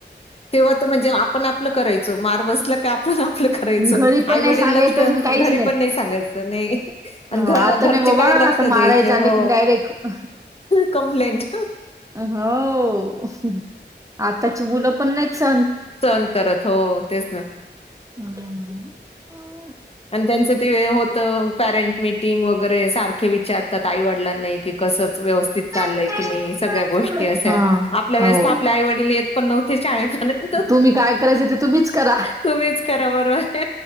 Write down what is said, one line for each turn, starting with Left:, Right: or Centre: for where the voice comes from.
Left: तेव्हा तर म्हणजे आपण आपलं करायचो मार्वसला पण आपलं करायचं
Right: घरी पण
Left: आईवडील
Right: नाही सांगायचं
Left: लक्ष
Right: काहीच
Left: घरी पण नाही सांगायचं नाही आणि
Right: हो आता
Left: घर
Right: नाही बाबा
Left: त्या काही लक्ष
Right: आता
Left: द्यायचे
Right: माराय झालं
Left: हो
Right: की डायरेक्ट
Left: कमप्लेंट.
Right: हो आताची मुलं पण नाही चांगले.
Left: सण करत हो तेच ना.
Right: हम ह.
Left: आणि त्यांचं ते होत पॅरेंट मिीटिंग वगैरे सारखे विचारतात आई वडलां नाही की
Right: हा हो हे काय बोलत आहे
Left: कसंच व्यवस्थित चाललंय
Right: ते
Left: की
Right: समजले
Left: नाही सगळ्या गोष्टी अशा.
Right: नाही
Left: आपल्या वेळेस
Right: सर.
Left: तर आपले आई-वडील येत पण नव्हते शाळेपर्यंत.
Right: तुम्ही काय करायच ते तुम्हीच करा
Left: तुम्हीच करा बरोबर.